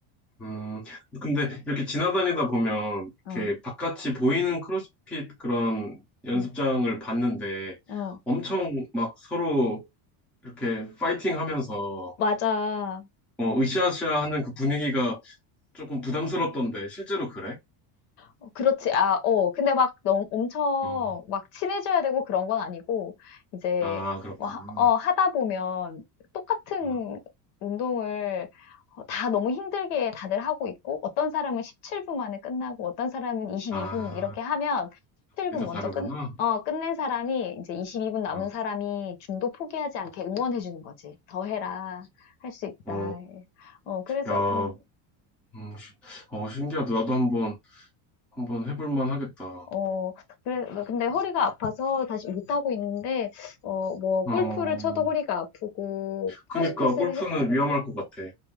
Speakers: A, in the centre; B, on the left.
A: 음, 근데 이렇게 지나다니다 보면
B: 어,
A: 이렇게 바깥이 보이는 크로스핏 그런 연습장을
B: 음,
A: 봤는데
B: 어,
A: 엄청 막 서로 이렇게 파이팅 하면서
B: 맞아.
A: 어, 으쌰으쌰 하는 그 분위기가 조금 부담스럽던데 실제로 그래?
B: 어, 그렇지. 아, 어. 근데 막 너무 엄청
A: 어,
B: 막 친해져야 되고 그런 건 아니고, 이제,
A: 아, 그렇구나.
B: 뭐 하, 어, 하다 보면 똑같은
A: 음,
B: 운동을 어, 다 너무 힘들게 다들 하고 있고, 어떤 사람은 17분 만에 끝나고, 어떤 사람은 22분
A: 아,
B: 이렇게 하면 17분
A: 그게
B: 먼저
A: 다 다르구나.
B: 끝, 어, 끝낸 사람이 이제 22분 남은
A: 어,
B: 사람이 중도 포기하지 않게 응원해주는 거지. 더 해라. 할 수 있다.
A: 어,
B: 예. 어, 그래서,
A: 야,
B: 음,
A: 음, 시- 어, 신기하다. 나도 한번, 한번 해볼 만 하겠다.
B: 어, 그래, 뭐 근데 허리가 아파서 다시 못하고 있는데, 어, 뭐, 골프를
A: 어,
B: 쳐도 허리가 아프고,
A: 그니까
B: 크로스핏을
A: 골프는
B: 해,
A: 위험할 것 같아.